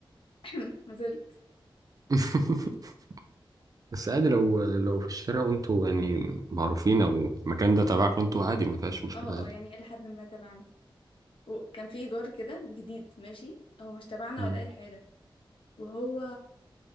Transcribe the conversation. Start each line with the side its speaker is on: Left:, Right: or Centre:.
Left: <laughs> ما زلت
Right: <laughs> بس عادي لو لو في الشارع وانتوا يعني معروفين او المكان ده تبعك وانتوا عادي ما فيهاش مشكلة
Left: اه
Right: عادي
Left: اه يعني الى حد ما تبعنا وكان في جار كده جديد ماشي هو مش تبعنا
Right: مم.
Left: ولا اي حاجة وهو